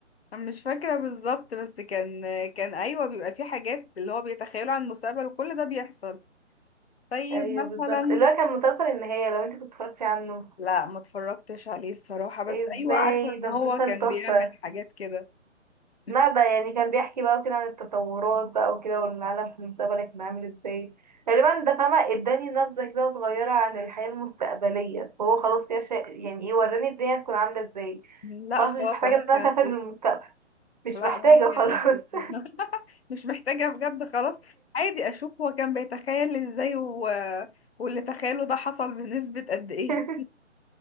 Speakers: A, on the left (about 55°); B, on the right (about 35°).
A: مش فاكرة بالظبط بس كان كان ايوه بيبقى في حاجات اللي هو بيتخيلوا عن المستقبل وكل ده بيحصل طيب
B: ايوه
A: مثلا
B: بالظبط اللي هو كان مسلسل النهاية لو انت كنت اتفرجتي عنه
A: لا ما اتفرجتش عليه الصراحة بس
B: ازاي
A: ايوه عارفة
B: ده
A: ان هو
B: مسلسل
A: كان
B: تحفة
A: بيعمل حاجات كده <laughs>
B: ما بقى يعني كان بيحكي بقى وكده عن التطورات بقى وكده والعالم في المستقبل كان عامل ازاي غالبا ده فاهمة اداني نبذة كده صغيرة عن الحياة المستقبليه فهو خلاص كده شا- يعني ايه وراني الدنيا هتكون عاملة ازاي
A: لا
B: خلاص
A: خلاص
B: مش محتاجة
A: أنا
B: ان
A: ممكن
B: انا اسافر
A: اشوف
B: للمستقبل مش
A: لا
B: محتاجة
A: ممكن
B: خلاص
A: اشوفه <laughs> مش محتاجة بجد خلاص عادي اشوف هو كان بيتخيل ازاي و... واللي تخيله ده حصل بنسبة قد ايه
B: <laughs>